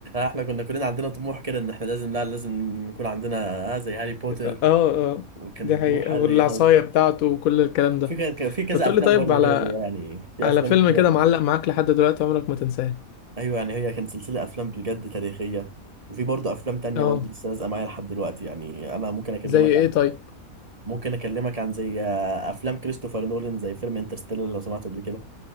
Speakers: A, on the right; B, on the left.
A: احنا كنا كلنا عندنا طموح كده ان احنا لازم لا لازم نكون عندنا آه زي هاري بوتر
B: اه اه
A: وكان
B: دي
A: طموح
B: حقيقة
A: هاري
B: والعصاية
A: خلاص
B: بتاعته وكل الكلام ده
A: في كان كان في كذا
B: طب تقولي
A: افلام
B: طيب
A: برضو
B: على
A: كده زي يعني في
B: على
A: افلام
B: فيلم
A: كتير
B: كده
A: أوي.
B: معلق معاك لحد دلوقتي عمرك ما تنساه
A: ايوه يعني هي كانت سلسله افلام بجد تاريخيه وفي برضو افلام تانية
B: اه
A: برضو لسه لازقه معايا لحد دلوقتي يعني انا ممكن اكلمك
B: زي ايه
A: عن
B: طيب
A: ممكن اكلمك عن زي آه، افلام كريستوفر نولان زي فيلم انترستيلر لو سمعته قبل كده